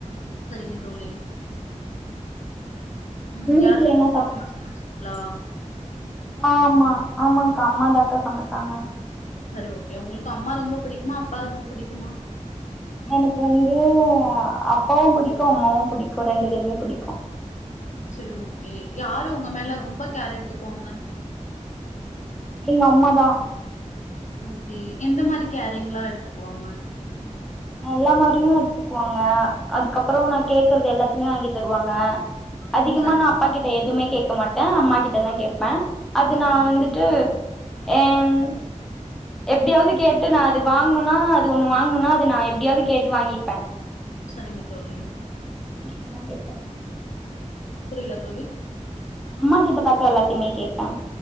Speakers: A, on the left; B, in the centre.
A: சரிங்க தோழி உம்
B: உங்க
A: யார்
B: வீட்ல
A: சமச்சா
B: என்ன
A: அம்மா சமச்சாங்களா
B: ஆ ஆமா ஆமாக்கா அம்மா த அக்கா சமைச்சாங்க
A: சரி ஓகே உங்களுக்கு அம்மா ரொம்ப பிடிக்குமா அப்பா ரொம்ப பிடிக்குமா
B: எனக்கு வந்து அப்பாவு பிடிக்கு அம்மாவு பிடிக்கு ரெண்டு பேருமே பிடிக்கு
A: சரி ஓகே யாரு உங்க மேல ரொம்ப கேர் எடுத்துக்குவாங்க
B: எங்க அம்ம தான்
A: ஓகே எந்த மாரி கேரிங்லா எடுத்துக்குவாங்க
B: எல்லா மாரியும் எடுத்துக்குவாங்க அதுக்கப்புற நான் கேக்குறது எல்லாத்தையு வாங்கி தருவாங்க அதிகமா
A: சரி
B: நான் அப்பா கிட்ட எதுவுமே கேட்க மாட்டே அம்மா கிட்ட தான் கேப்பே அது
A: சரிங்க
B: நான் வந்துட்டு
A: தோழி
B: ஏம் எப்டியாவது கேட்டு நான் அது வாங்கனு அது ஒண்ணு வாங்கணும்னா அது நான் எப்டியாவது கேட்டு வாங்கிப்பே
A: சரிங்க தோழி
B: என்னானு கேப்பே
A: புரியல தோழி
B: அம்மா கிட்டதாக்கா எல்லாத்தையுமே கேட்பே